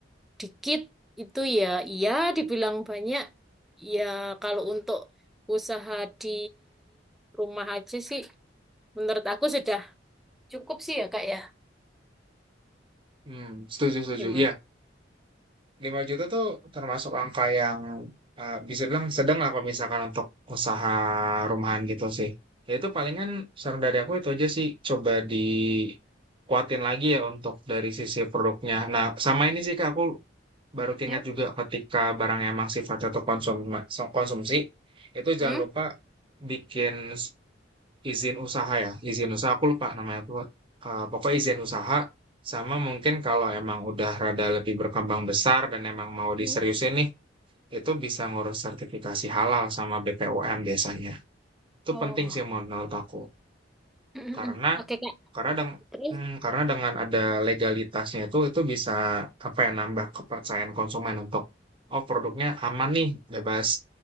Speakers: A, in the centre; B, on the right.
A: dikit, itu ya iya, dibilang banyak, ya kalau untuk usaha di rumah aja sih, menurut aku sudah cukup sih ya, Kak ya.
B: Hmm, setuju setuju.
A: Gimana?
B: Iya, 5 juta tuh termasuk angka yang eh, bisa bilang sedang lah kalau misalkan untuk usaha rumahan gitu sih. Ya itu palingan saran dari aku itu aja sih coba dikuatin lagi ya untuk dari sisi produknya. Nah, sama ini sih Kak, aku Baru keingat
A: Ya?
B: juga ketika barang emang sifatnya tuh konsum konsumsi, itu
A: Hmm?
B: jangan lupa bikin s- izin usaha ya. Izin usaha aku lupa namanya tuh. Eh, pokoknya izin usaha sama mungkin kalau emang udah rada lebih berkembang besar dan emang mau diseriusin
A: Hmm?
B: nih, itu bisa ngurus sertifikasi halal sama BPOM biasanya. Itu
A: Oh.
B: penting sih menurut aku.
A: <clears throat>
B: Karena
A: Oke, Kak.
B: karena deng
A: Terus?
B: mmm, karena dengan ada legalitasnya itu itu bisa, apa ya, nambah kepercayaan konsumen untuk, "Oh, produknya aman nih, bebas,